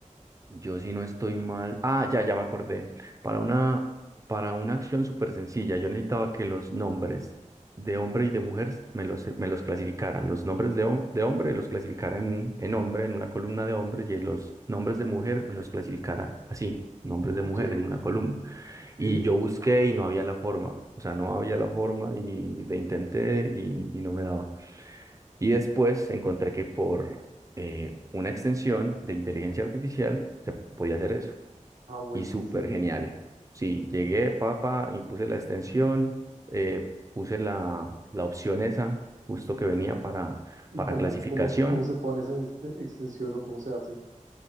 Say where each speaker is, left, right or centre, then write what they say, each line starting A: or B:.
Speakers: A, on the right (about 25°); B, on the right (about 75°).
A: Yo si no estoy mal. Ah, ya, ya me acordé. Para una, para una acción súper sencilla, yo necesitaba que los nombres de hombre y de mujer me los, me los clasificaran. Los nombres de, hom- de hombre los clasificara en, en hombre, en una columna de hombre, y en los nombres de mujer me los clasificara así, nombres de
B: Ok,
A: mujer en una columna.
B: ok.
A: Y yo busqué y no había la forma. O sea, no había la forma y le intenté y, y no me daba. Y después encontré que por eh, una extensión de inteligencia artificial se podía hacer eso.
B: Ah, buenísimo.
A: Y súper genial. Sí, llegué, papá, y puse la extensión, eh, puse la, la opción esa, justo que venía para,
B: ¿Y
A: para
B: cómo,
A: clasificación.
B: cómo, cómo se pone esa este- extensión o cómo se hace?